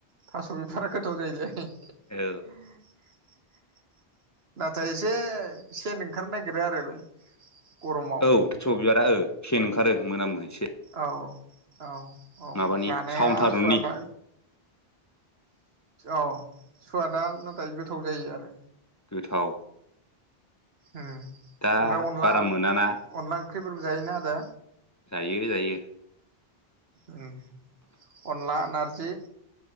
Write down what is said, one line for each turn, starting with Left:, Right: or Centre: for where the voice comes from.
Right: थास' बिथ'रायख गोथाव जायोलै <unintelligible>
Left: औ
Right: नाथाय एसे सेन ओंखारनो नागिरो आरोलै गरमाव
Left: औ थास' बिबारा ओ सेन ओंखारो मोनामो एसे
Right: औ। औ - औ
Left: माबानि
Right: जानाया
Left: सावन थारुननि
Right: सुवादा औ सुवादआ नाथाय गोथाव जायो आरो
Left: गोथाव
Right: उम ओमफ्राय
Left: दा
Right: अनला
Left: बारा मोनाना
Right: अनला ओंख्रिफोरबो जायोना आदा?
Left: जयो - जायो।
Right: उम अनला नारजि